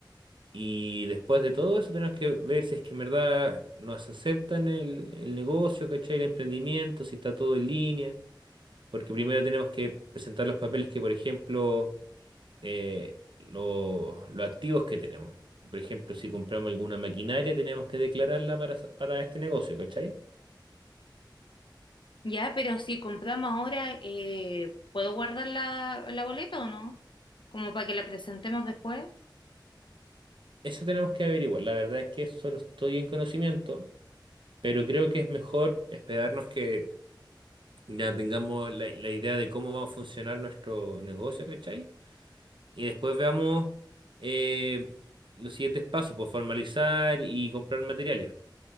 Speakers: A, on the right (about 85°); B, on the left (about 85°).
A: y después de todo eso tenemos que ver si es que en verdad nos aceptan el, el negocio, ¿cachai? El emprendimiento, si está todo en línea porque primero tenemos que presentar los papeles que, por ejemplo, eh, lo- los activos que tenemos. Por ejemplo, si compramos alguna maquinaria, tenemos que declararla para, para este negocio, ¿cachai?
B: Ya, pero si compramos ahora, eh, ¿puedo guardar la, la boleta o no? Como para que la presentemos después.
A: Eso tenemos que averiguar. La verdad es que eso no estoy en conocimiento, pero creo que es mejor esperarnos que ya tengamos la, la idea de cómo va a funcionar nuestro negocio, ¿cachai? Y después veamos eh, los siguientes pasos, pues formalizar y comprar materiales.